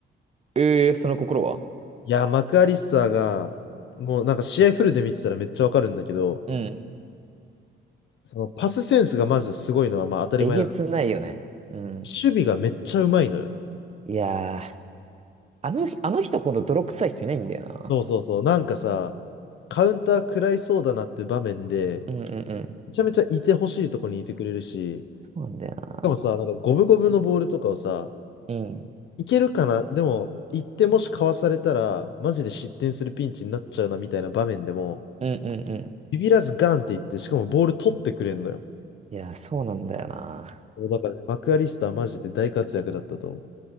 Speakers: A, on the right; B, on the left.
A: えー、その心は
B: いや、マクアリスターが、もうなんか試合フルで見てたらめっちゃわかるんだけど、
A: うん。
B: そのパスセンスがまずすごいのはまあ当たり前なんだけど。
A: えげつないよね。うん。
B: 守備がめっちゃうまいのよ。
A: いやー、あの日、あの人ほど泥臭い人いないんだよな。
B: そうそうそう。なんかさ、カウンター食らいそうだなって場面で、
A: うんうんうん。
B: めちゃめちゃいてほしいとこにいてくれるし、し
A: そうなんだよな。
B: かもさ、なんか五分五分のボールとかをさ、
A: うん。
B: いけるかな、でも、行ってもしかわされたら、マジで失点するピンチになっちゃうなみたいな場面でも、
A: うんうんうん。
B: ビビらずガンっていって、しかもボール取ってくれんのよ。
A: いや、そうなんだよな。
B: そうだから、マクアリスターマジで大活躍だったと思